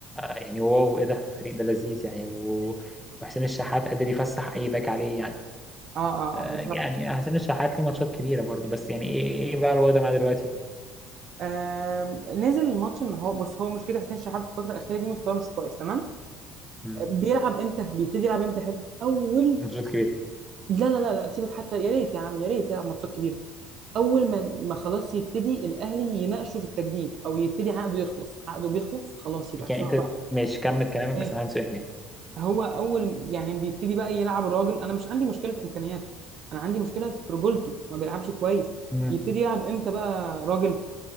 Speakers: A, in the centre; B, on the right.
A: يعني واو ايه ده الفريق ده لذيذ يعني و- وحسين الشحات قادر يفسح اي باك عليه يعني
B: اه اه,
A: آه،
B: آه بالظبط
A: يعني حسين الشحات ليه ماتشات كبيره برضو بس يعني ايه ايه بقى الوضع معاه دلوقتي
B: آم، نزل الماتش ان هو بص هو مشكله حسين شحات في الفتره الاخيره دي مستواه مش كويس تمام
A: مم.
B: بيلعب امتى بيبتدي يلعب امتى حد اول
A: ماتشات كبيره
B: لا لا لا لا سيبك حتى يا ريت يا عم يا ريت يلعب ماتشات كبيره اول ما ما خلاص يبتدي الاهلي يناقشه في التجديد او يبتدي عقده يخلص عقده بيخلص خلاص يبقى بسرعه
A: يعني انت
B: بقى
A: مش كمل كلامك
B: ايه
A: بس انا عندي سؤال يعني
B: هو اول يعني بيبتدي بقى يلعب الراجل انا مش عندي مشكله في امكانياته انا عندي مشكله في رجولته ما بيلعبش كويس
A: مم.
B: يبتدي يلعب امتى بقى راجل